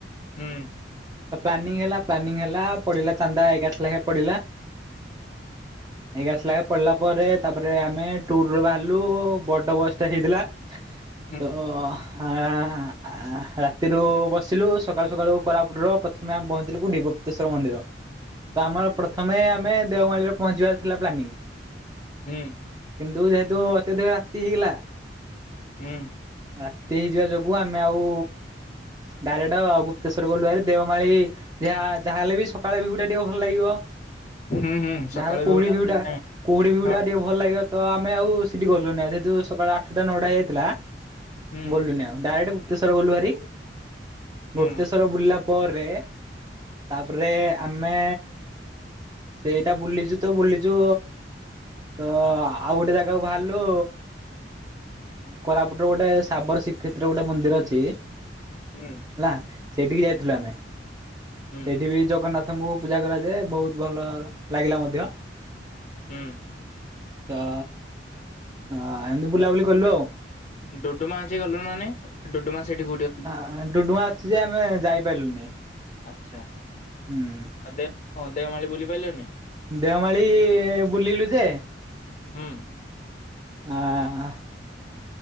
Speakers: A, on the left; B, on the right.
A: ହୁଁ
B: ପ୍ଲାନିଂ ହେଲା -ପ୍ଲାନିଂ ହେଲା ପଡିଲା ଚାନ୍ଦା ଏଗାରଶ ଲେଖା ପଡିଲା।
A: <inaudible>
B: ଏଗାରଶ୍ ଲାଖେ ପଡିଲା ପରେ ତାପରେ ଆମେ ଟୁର୍ ରୁ ବାହାରିଲୁ ବଡ ବସ୍ ଟେ ହେଇଥିଲା
A: <inaudible>
B: ତ ଆ-ହା-ଆ-ହା। ରାତିରୁ ବସିଲୁ ସକାଳୁ ସକାଳୁ କୋରାପୁଟ୍ ର ପ୍ରଥମେ ଆମେ ପହଞ୍ଚିଲୁ କଉଠି ଗୁପ୍ତେଶ୍ୱର୍ ମନ୍ଦିର। ତ ଆମର ପ୍ରଥମେ ଆମେ ଦେଓମାଳି ପହଞ୍ଚିବାର ଥିଲା ପ୍ଲାନିଂ।
A: ହୁଁ।
B: କିନ୍ତୁ ଯେହେତୁ ଅତ୍ୟଧିକ ରାତି ହେଇଗଲା
A: ହୁଁ।
B: ରାତି ହେଇଯିବା ଯୋଗୁ ଆମେ ଆଉ ଡାଇରେକ୍ଟ ଗୁପ୍ତେଶ୍ଵର ଗଲୁ ହାରି ଦେଓମାଳି ଯାହା- ଯାହା ହେଲେ ବି ସକାଳେ ଭିଉ ଟା ଟିକେ ଭଲ ଲାଗିବ
A: ହୁଁ ହୁଁ ସକାଳେ
B: ଯାହାଲେ କୁହୁଡି
A: ବି ଗୋଟେ
B: ଭିଉ ଟା। କୁହୁଡିି ଭିଉ
A: ହଁ
B: ଟା ଟିକେ ଭଲ ଲାଗିବ ତ ଆମେ ଆଉ ସେଠି ଗଲୁନି ଆଉ ଯେହେତୁ ସକାଳ ଆଠେଟା ନଅଟା ହେଇଯାଇଥିଲା
A: ହୁଁ
B: ଗଲୁନି ଆଉ ଡାଇରେକ୍ଟେ ଗୁପ୍ତେଶ୍ୱର ଗଲୁ ଭାରି
A: ହୁଁ
B: ଗୁପ୍ତେଶ୍ୱର ବୁଲିଲା ପରେ ତାପରେ ଆମେ ସେଇଟା ବୁଲିଚୁ ତ ବୁଲିଚୁ ତ ଆଉ ଗୋଟେ ଜାଗାକୁ ବାହାରିଲୁ କୋରାପୁଟର ଗୋଟେ ସାବର ଶ୍ରୀକ୍ଷେତ୍ର ଗୋଟେ ମନ୍ଦିର ଅଛି
A: ହୁଁ।
B: ହେଲା ସେଇଠିକି ଯାଇଥିଲୁ ଆମେ ସେଇଠି
A: ହୁଁ
B: ବି ଜଗନ୍ନାଥ ତାଙ୍କୁ ପୂଜା କରାଯାଏ ବହୁତ୍ ଭଲ ଲାଗିଲା ମଧ୍ୟ।
A: ହୁଁ
B: ତ ଏମିତି ବୁଲାବୁଲି କଲୁ ଆଉ।
A: ଡୁଡୁମା ଆଜି ଗଲୁ ନା ନାଇଁ ଡୁଡୁମା ସେଠି କଉଠି ଅଛି।
B: ହାଁ -ଡୁଡୁମା ଅଛି ଯେ ଆମେ ଯାଇପାରିଲୁନି।
A: ଆଚ୍ଛା।
B: ହୁଁ।
A: ଆଉ ଦେଓ -ହଁ -ଦେଓମାଳି ବୁଲି ପାଇଲେନି?
B: ଦେଓମାଳି ବୁଲିଲୁ ଯେ
A: ହୁଁ
B: ଆଁ -